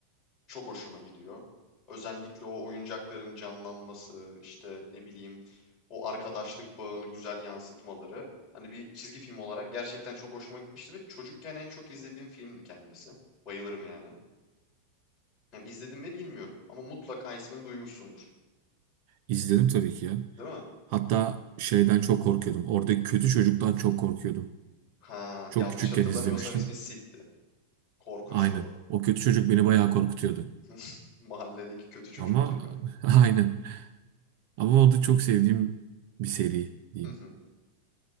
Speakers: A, on the left (about 15°); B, on the right (about 40°).
A: Çok hoşuma gidiyor. Özellikle o oyuncakların canlanması, işte ne bileyim o arkadaşlık bağını güzel yansıtmaları. Hani bir çizgi film olarak gerçekten çok hoşuma gitmişti ve çocukken en çok izlediğim filmdi kendisi. Bayılırım yani. Yani izledim mi bilmiyorum ama mutlaka ismini duymuşsundur.
B: İzledim tabii ki ya.
A: Değil mi?
B: Hatta şeyden çok korkuyordum. Oradaki kötü çocuktan çok korkuyordum.
A: Ha,
B: Çok
A: yanlış
B: küçükken
A: hatırlamıyorsam
B: izlemiştim.
A: ismi Sid'di. Korkunçtu
B: Aynen.
A: o.
B: O kötü çocuk beni bayağı korkutuyordu.
A: <laughs> Mahalledeki kötü çocuk
B: Ama
A: gibi.
B: <laughs> aynen. Ama o da çok sevdiğim bir seri diyeyim.
A: Hı hı.